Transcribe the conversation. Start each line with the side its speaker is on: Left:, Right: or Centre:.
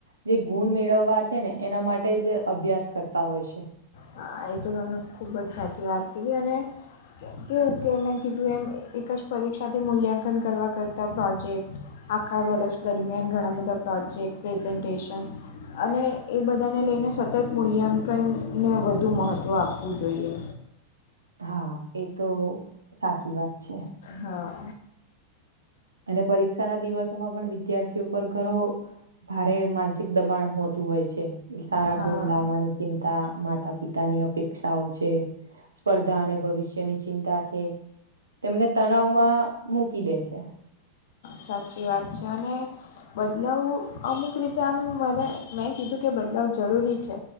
Right: જે ગુણ મેળવવા છે ને એના માટે જ અભ્યાસ કરતા હોય છે
Left: હા એ તો તમે ખૂબ જ સાચી વાત કીધી અને કે ઓકે મેં કીધું એમ એક જ પરીક્ષાથી મૂલ્યાંકન કરવા કરતાં પ્રોજેક્ટ આખા વર્ષ દરમિયાન ઘણા બધા પ્રોજેક્ટ પ્રેઝન્ટેશન અને એ બધાને લઈને સતત મૂલ્યાંકનને વધુ મહત્ત્વ આપવું જોઈએ
Right: હા એ તો સાચી વાત છે.
Left: હા.
Right: અને પરીક્ષા ના દિવસોમાં પણ વિદ્યાર્થીઓ ઉપર ઘરો ભારે માનસિક દબાણ હોતું હોય છે. સારા
Left: હા
Right: ગુણ લાવવાની ચિંતા માતા પિતા ની અપેક્ષાઓ છે. સ્પર્ધા અને ભવિષ્યની ચિંતા છે. તેમને તણાવમાં મૂકી દે છે.
Left: સાચી વાત છે અને બદલાવ અમુક રીતે આમ મને મેં કીધું કે બદલાવ જરૂરી છે.